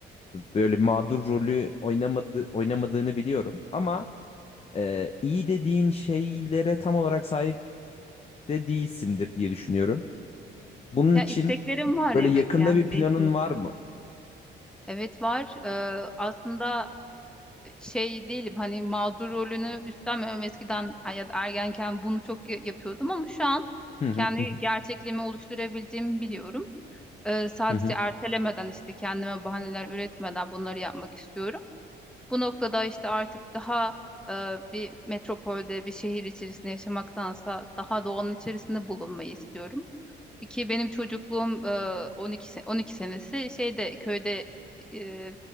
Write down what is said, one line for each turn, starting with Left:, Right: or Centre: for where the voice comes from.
Left: böyle mağdur rolü oynamadı, oynamadığını biliyorum. Ama e, iyi dediğin şeylere tam olarak sahip de değilsindir diye düşünüyorum. Bunun
Centre: Ya
Left: için
Centre: isteklerim var
Left: böyle
Centre: evet
Left: yakında
Centre: yani
Left: bir planın
Centre: değişmek
Left: var
Centre: gibi.
Left: mı?
Centre: Evet var. Ee, aslında şey değilim hani mağdur rolünü üstlenmiyorum. Eskiden ya da ergenken bunu çok ya- yapıyordum ama şu an
Left: Hı hı
Centre: kendi
Left: hı
Centre: gerçekliğimi oluşturabildiğimi biliyorum. Ee, sadece
Left: hı. hı.
Centre: ertelemeden işte kendime bahaneler üretmeden bunları yapmak istiyorum. Bu noktada işte artık daha e, bir metropolde bir şehir içerisinde yaşamaktansa daha doğanın içerisinde bulunmayı istiyorum. Ki benim çocukluğum e, 12 se- 12 senesi şeyde köyde e,